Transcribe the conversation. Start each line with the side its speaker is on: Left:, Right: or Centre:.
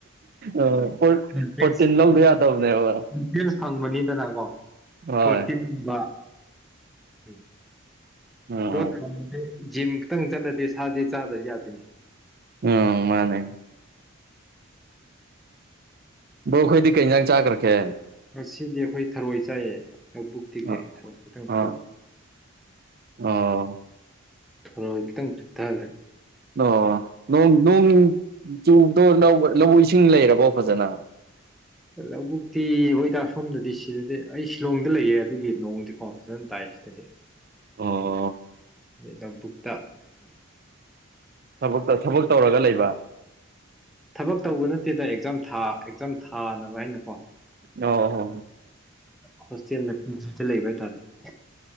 Right: ꯑꯥ ꯄ꯭ꯔꯣ
Centre: ꯎꯇꯁ
Right: ꯄ꯭ꯔꯣꯇꯤꯟ ꯂꯧꯗ ꯌꯥꯗꯕꯅꯦꯕ
Centre: ꯐꯪꯕꯅꯤꯗꯅꯀꯣ
Right: ꯍꯣꯏ
Centre: ꯐꯣꯔꯇꯤꯟꯒꯨꯝꯕ ꯎꯝ
Right: ꯎꯝ
Centre: ꯇ
Right: ꯎꯝ
Centre: ꯊ ꯖꯤꯝ ꯈꯤꯛꯇꯪ ꯆꯠꯂꯗꯤ ꯁꯥꯗꯤ ꯆꯥꯗ꯭ꯔ ꯌꯥꯗꯣꯏꯅꯤ
Right: ꯎꯝ ꯃꯥꯅꯦ ꯕꯧꯈꯣꯏꯗꯤ ꯀꯩ ꯌꯦꯟꯖꯥꯡ ꯆꯥꯈ꯭ꯔꯛꯀꯦ
Centre: ꯉꯗꯤ ꯑꯩꯈꯣꯏ ꯊꯔꯣꯏ ꯆꯥꯏꯑ ꯂꯧꯕꯨꯛꯇꯤꯒꯤ
Right: ꯑꯥ
Centre: ꯈꯤꯇꯪ
Right: ꯑꯥ ꯑꯣ
Centre: ꯊꯔꯣꯏ ꯈꯤꯇꯪ ꯆꯨꯞꯊꯈ꯭ꯔꯦ
Right: ꯑꯣ ꯅꯣꯡ ꯆꯨꯕꯗꯣ ꯂꯧꯧꯕ ꯏꯁꯤꯡ ꯂꯩꯔꯕꯣ ꯐꯖꯅ
Centre: ꯂꯧꯕꯨꯛꯇꯤ ꯍꯣꯏꯗ ꯁꯣꯝꯗꯗꯤ ꯁꯤꯗꯗꯤ ꯑꯩ ꯁꯤꯂꯣꯡꯗ ꯂꯩꯌꯦ ꯑꯗꯨꯒꯤ ꯅꯣꯡꯗꯤꯀꯣ ꯐꯖꯅ ꯇꯥꯏ ꯁꯤꯗꯗꯤ
Right: ꯑꯣ
Centre: ꯑꯩ ꯅꯧꯕꯨꯛꯇ
Right: ꯊ ꯊꯕꯛ ꯇꯧꯔꯒ ꯂꯩꯕ
Centre: ꯊꯕꯛ ꯇꯧꯕ ꯅꯠꯇꯦꯗ ꯑꯦꯛꯖꯥꯝ ꯊꯥ ꯑꯦꯛꯖꯥꯝ ꯊꯥꯅꯕ ꯍꯥꯏꯅꯀꯣ
Right: ꯑꯣ ꯍꯣ
Centre: ꯍꯣꯁꯇꯦꯜ ꯂꯩꯕ ꯍꯥꯏꯇꯥꯔꯦ